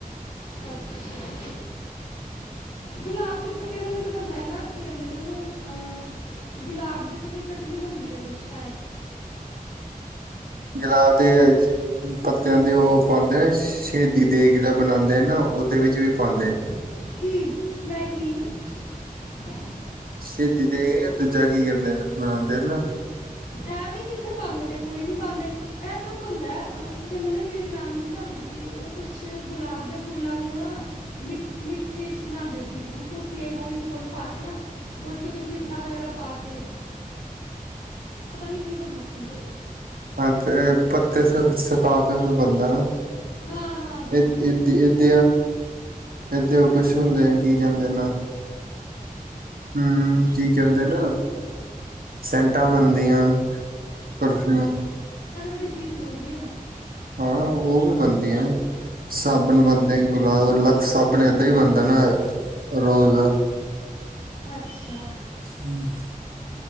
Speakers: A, on the left; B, on the right.
A: ਅੱਛਾ ਗੁਲਾਬ ਤੇ ਉ ਵੀ ਤਾਂ ਬੰਦਾ ਨਾ ਕਹਿੰਦੇ ਨੇ ਉਹਨੂੰ ਅਮ, ਗੁਲਾਬ ਦੇ ਪਤੀ ਚਟਨੀ ਬਣਦੀ ਹੈ ਕੁਛ ਸ਼ਾਇਦ
B: ਗੁਲਾਬ ਦੇ ਪੱਤਿਆਂ ਦੇ ਉਹ ਪਾਉਂਦੇ ਨੇ ਸ਼ਹੀਦੀ ਦੇਗ ਜਿਹੜਾ ਬਣਾਉਂਦੇ ਨਾ ਉਹਦੇ ਵਿੱਚ ਵੀ ਪਾਉਂਦੇ ਨੇ।
A: ਕੀ ਨਹੀਂ <inaudible>
B: ਸਹੀਦੀ ਦੇ ਦੂਜਾ ਬਣਾਉਂਦੇ ਨਾ
A: ਐਵੇਂ, ਕਿੱਥੇ ਪਾਉਂਦੇ ਨੇ ਕੋਈ ਨੀ ਪਾਉਂਦੇ ਇਹਂ ਤਾਂ ਉਹ ਬੰਦਾ ਕੀ ਕਹਿੰਦੇ ਨੇ ਮੇਰੀ ਨਾਨੀ ਬਣਾਉਂਦੀ ਸੀ। ਉਹ ਕੁਛ ਗੁਲਾਬ ਦੇ ਫੁੱਲਾਂ ਨੂੰ ਨਾ ਮ ਮਿੱਠੇ ਚ ਬਣਾਉਂਦੇ ਸੀ ਬਿਲਕੁਲ ਸੇਮ ਉਹ ਵੀ ਫੁੱਲ ਪਾ ਕੇ ਨਾ ਉਹਥੇ ਕੁਛ ਮਿੱਠਾ ਵਗੈਰਾ ਪਾ ਕੇ ਪਤਾ ਨੀ ਕੀ ਬਦਾ ਸੀ ਉਹ
B: ਹਾਂ। ਤੇ ਪੱਤੇ ਸੁਕਾ ਕੇ ਫਰ ਬਣਦਾ ਨਾ
A: ਹਾਂ ਹਾਂ ਹਾਂ
B: ਇਹ
A: ਹਾਂ
B: ਏ
A: ਹਾਂ
B: ਏਦ ਏਦੇ ਉਹ ਕੁਛ ਹੁੰਦੇ ਨੇ ਕੀ ਕਹਿੰਦੇ ਨ ਹੂੰ ਕੀ ਕਹਿੰਦੇ ਨ ਸੈਂਟਾਂ ਬਣਦੀਆਂ ਹਨ ਪਰਫਿਊਮ
A: ਉਹ ਚੀਜ਼ ਬੋਲ ਰਹੀਾਂ ਮੈਂ
B: ਹਾਂ ਉਹ ਵੀ ਬਣਦੀਆਂ ਸਾਬਣ ਬਣਦੇ ਗੁਲਾਬ ਲਕਸ਼ ਸਾਬਣ ਏਦਾਂ ਹੀ ਬਣਦਾ ਨਾ ਰੋਜ਼ ਦਾ
A: ਅੱਛਾ
B: ਹੂੰ